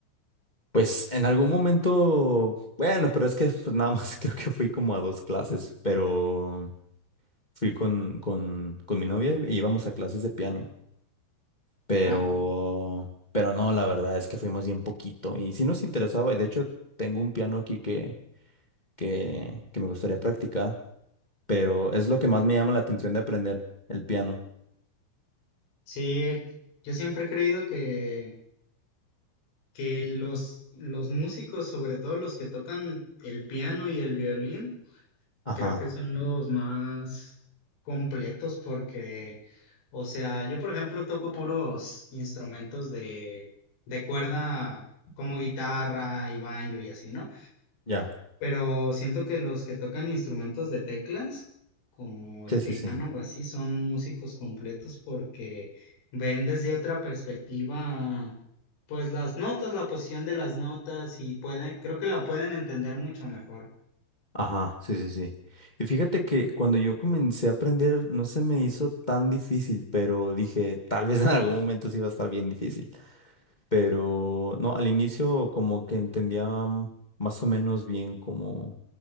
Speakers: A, on the left; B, on the left.
A: Pues en algún momento, bueno, pero es que pues nada más <laughs> creo que fui como a dos clases, pero fui con, con, con mi novia y y íbamos a clases de piano. Pero,
B: Ah, ya.
A: pero no, la verdad es que fuimos bien poquito. Y sí nos interesaba, y de hecho tengo un piano aquí que, que, que me gustaría practicar. pero es lo que más me llama la atención de aprender, el piano.
B: Sí, eh, yo siempre he creído que, que los, los músicos, sobre todo los que tocan el piano y el violín,
A: Ajá.
B: creo que son los más completos porque, o sea, yo por ejemplo toco puros instrumentos de, de cuerda como guitarra y banjo y así, ¿no?
A: Ya.
B: Pero siento que los que tocan instrumentos de teclas, como el
A: Sí,
B: piano
A: sí, sí.
B: o así, son músicos completos porque ven desde otra perspectiva, pues las notas, la posición de las notas y pueden, creo que la pueden entender mucho mejor.
A: Ajá, sí, sí, sí. Y fíjate que cuando yo comencé a aprender no se me hizo tan difícil, pero dije, tal vez en algún momento sí va a estar bien difícil. Pero no, al inicio como que entendía mm, más o menos bien como,